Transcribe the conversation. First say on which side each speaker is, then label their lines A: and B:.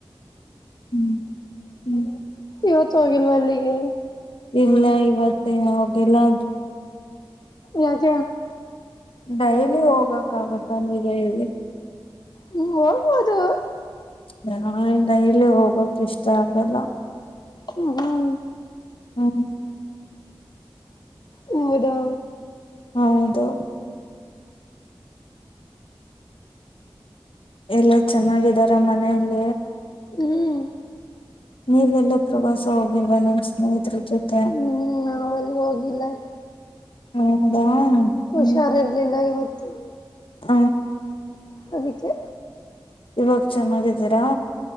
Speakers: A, on the left; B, on the left.
A: ಹ್ಮ್ ಹ್ಮ್
B: ಇವತ್ತು ಹೋಗಿಲ್ವಾ ಅಲ್ಲಿಗೆ
A: ಇಲ್ಲ ಇವತ್ತ ಅವಾಗೆಲ್ಲೆ
B: ಯಕ
A: ಡೈಲಿ ಹೋಗಕ್ಾಗತ್ತ ನೀಗ ಹೇಳಿ
B: ಹ್ಮ ಹೋಗ್ಬಹದು
A: ನಾ ನೈಲಿ ಹೋಗ್ಕ್ ಇಷ್ಟ ಆಗಲ್ಲ
B: ಹ್ಮ್
A: ಹ್ಮ
B: ಹೌದಾ.
A: ಹೌದು. ಎಲ್ಲಾ ಚೆನ್ನಾಗಿದಾರ ಮನೆಯಲ್ಲಿ.
B: ಹ್ಮ್
A: ನೀವೆಲ್ಲು ಪ್ರವಾಸ ಹೋಗಿಲ್ವಾ ನಿಮ್ ಸ್ನೇಹತ್ರ ಜೊತೆ.
B: ಹ್ಮ್ ನಾವೆಲ್ಲಿ ಹೋಗಿಲ್ಲ
A: ಹೌದಾ.
B: ಹುಷಾರ್
A: ಹ್ಮ್
B: ಇರ್ಲಿಲ್ಲ ಇವತ್ತ್ ಹ್ಮ್.
A: ಹ.
B: ಅದಿಕ್ಕೆ.
A: ಇವಾಗ್ ಚೆನ್ನಾಗಿದ್ದೀರಾ.